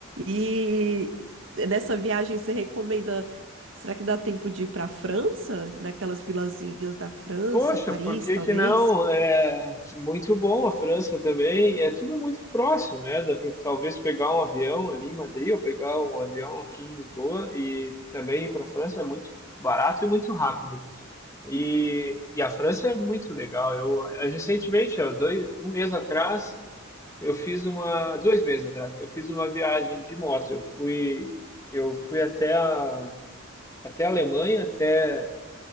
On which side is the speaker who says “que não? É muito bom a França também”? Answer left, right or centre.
Left